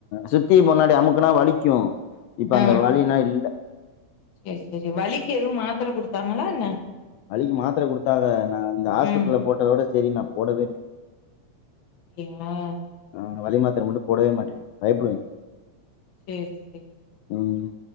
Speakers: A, on the left; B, on the left.
A: சுத்தி முன்னாடி அமுக்குனா வலிக்கு இப்ப
B: ஆ
A: அந்த வலினா இல்ல
B: சேரி சேரி வலிக்கு எதூ மாத்தர குடுத்தாங்ளா என்ன
A: வலிக்கு மாத்தர குடுத்தாக நா இந்த ஹாஸ்பிட்ல
B: ம்
A: போட்டதோட சரி நா போடவேல்ல
B: அப்டியா
A: ஆ வலி மாத்தர மட்டு போடவே மாட்டே பயப்புடுவோ
B: சேரி சேரி
A: ம்